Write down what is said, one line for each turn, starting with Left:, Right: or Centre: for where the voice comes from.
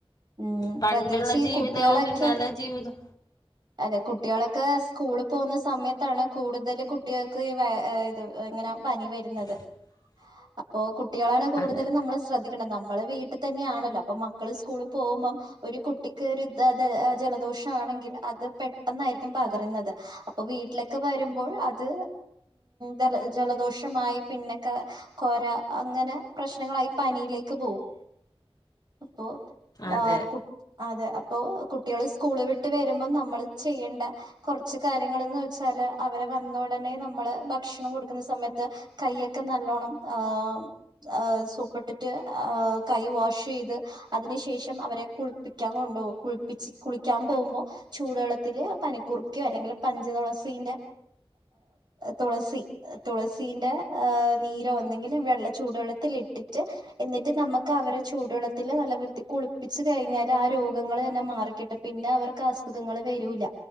Right: ഉം
Left: പണ്ടുള്ള
Right: പ്രത്യേകിച്ച് ഈ
Left: ജീവിതവും
Right: കുട്ടികളൊക്കെ
Left: ഇന്നലെ ജീവിതം
Right: അതെ കുട്ടിളേ ഒക്കെ സ്കൂളിൽ പോകുന്ന സമയത്താണ് കൂടുതൽ കുട്ടികൾക്ക് ഈ ഇത് ഇങ്ങനെ പനി വരുന്നത്
Left: <inaudible>
Right: അപ്പോ കുട്ടികളാണ് കൂടുതലും
Left: അതെ
Right: നമ്മള് ശ്രദ്ധിക്ക ണ്ടത് നമ്മള്ള വീട്ടിൽ തന്നെ ആണല്ലോ അപ്പൊ മക്കള് സ്കൂളിൽ പോകുമ്പോ ഒരു കുട്ടിക്ക് ഒരു ജലദോഷ ആണെങ്കിൽ അത് പെട്ടന്നായിരിക്കും പകരുന്നത് അപ്പൊ വീട്ടിലേക്ക് വരുമ്പോൾ അത് ജല ജലദോഷമായി പിന്നക്കെ കൊര അങ്ങനെ പ്രശ്നങ്ങളായി പനിയിലേക്ക് പോകും അപ്പൊ
Left: അതെ
Right: ആഹ് കു അതെ അപ്പൊ കുട്ടികൾ സ്കൂള് വിട്ട് വരുമ്പം നമ്മള് ചെയ്യേണ്ട കുറച്ച് കാര്യങ്ങള് എന്ന് വെച്ചാല് അവരെ വന്ന ഉടനെ നമ്മള് ഭക്ഷണം കൊടുക്കുന്ന സമയത്ത് കയ്യൊക്കെ നല്ലോണം ആഹ് ആഹ് സോപ്പിട്ടിട്ട് ആ കൈ വാഷ് ചെയ്ത് അതിനു ശേഷം അവരെ കുളിപ്പിക്കാൻ കൊണ്ടുപോവും കുളിപ്പിച്ച് കുളിക്കാൻ പോകുമ്പോ ചൂടുവെള്ളത്തില് പനികൂർക്കയോ അല്ലെങ്കിൽ പഞ്ചതുളസിന്റെ തുളസി തുളസീന്റെ നീരോ എന്തെങ്കിലും വെള്ള ചൂടുവെള്ളത്തിൽ ഇട്ടിട്ട് എന്നിട്ട് നമ്മുക്ക് അവരെ ചൂടുവെള്ളത്തിൽ നല്ല വൃത്തി കുളിപ്പിച്ച് കഴിഞ്ഞാൽ ആ രോഗങ്ങള് തന്നെ മാറിക്കിട്ടും പിന്നെ അവർക്ക് അസുഖങ്ങൾ വരൂല്ല